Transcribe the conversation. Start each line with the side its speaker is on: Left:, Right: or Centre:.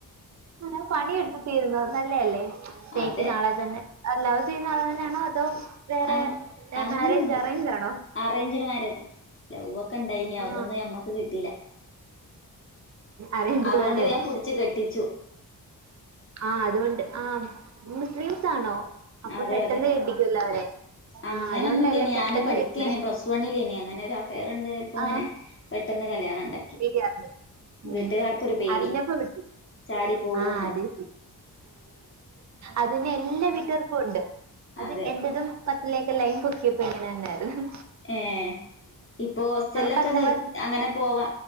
Right: ആ പണിയെടുത്ത് തീരുന്നോ നല്ലയല്ലേ സ്നേഹിക്കുന്ന
Left: അതെ
Right: ആളെ തന്നെ ലവ് ചെയ്യുന്ന ആളെ തന്നെയാണോ അതോ വേറെ
Left: അ അങ്ങനൊന്നും
Right: മാരേജ് അറേഞ്ച് ആണോ
Left: അറേഞ്ച്ഡ് മാരേജ് ലവ് ഒക്കെ ഇണ്ടായിനി
Right: ആ
Left: അതൊന്നും ഞമ്മക്ക് കിട്ടിയില്ല
Right: അറേഞ്ച്ഡ്
Left: അതുകൊണ്ട്
Right: മാരേഡ്
Left: ഞാൻ പുടിച്ചു കെട്ടിച്ചു
Right: ആ അതുകൊണ്ട് ആ മുസ്ലിംസ് ആണോ. അപ്പൊ
Left: അതെ
Right: പെട്ടെന്ന്
Left: അതെ
Right: കെട്ടിക്കുമല്ലോ അവരെ
Left: അങ്ങനൊന്നുല്ലനി
Right: ആ അതുകൊണ്ടല്ലേ പെട്ടെന്ന്
Left: ഞാന് പഠിക്കേന
Right: കെട്ടുന്നത്
Left: പ്ലസ് വണ്ണില് ഇനി അങ്ങനെ ഒരു അഫയർ ഉണ്ട് ഇപ്പൊ ഇങ്ങനെ
Right: ആ
Left: പെട്ടെന്ന് കല്യാണം ഒണ്ടാക്കി.
Right: വീട്ടിൽ അറിഞ്ഞു ഉം.
Left: വീട്ടുക്കാർക്കൊരു പേടി
Right: അറിഞ്ഞപ്പോ വിട്ടു
Left: ചാടി പോവൂന്ന്.
Right: ആ അതെ അതിന് എല്ലാ വീട്ടുക്കാർക്കും ഉണ്ട്. അത്
Left: അതെ
Right: എന്റെതും പത്തിലേക്ക ലൈൻ പൊക്കിയപ്പം ഇങ്ങനെ തന്നെ ആയിരുന്നു.
Left: ഏ ഇപ്പോ ഹോസ്റ്റലൊക്കെ
Right: പത്താം
Left: നിർ
Right: ക്ലാസ്
Left: അങ്ങനെ പോവാ